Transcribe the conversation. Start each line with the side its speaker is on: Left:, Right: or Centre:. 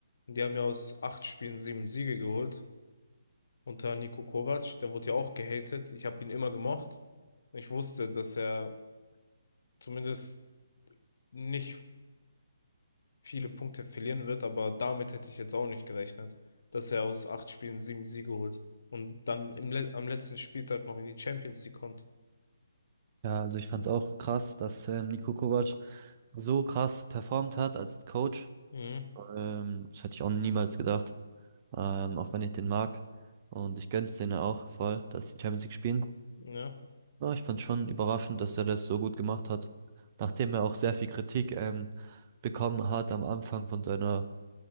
Left: Und die haben ja aus acht Spielen sieben Siege geholt. Unter Niko Kovac, der wurde ja auch gehatet. Ich habe ihn immer gemocht. Ich wusste, dass er zumindest nicht viele Punkte verlieren wird, aber damit hätte ich jetzt auch nicht gerechnet, dass er aus acht Spielen sieben Siege holt und dann im Le am letzten Spieltag noch in die Champions League kommt.
Right: Ja, also ich fand es auch krass, dass ähm, Niko Kovac so krass performt hat als Coach.
Left: Mhm.
Right: Ähm, das hätte ich auch niemals gedacht. Ähm, auch wenn ich den mag. Und ich gönn's denen auch voll, dass die Champions League spielen.
Left: Ja.
Right: Aber ich fand's schon überraschend, dass er das so gut gemacht hat. Nachdem er auch sehr viel Kritik ähm, bekommen hat am Anfang von seiner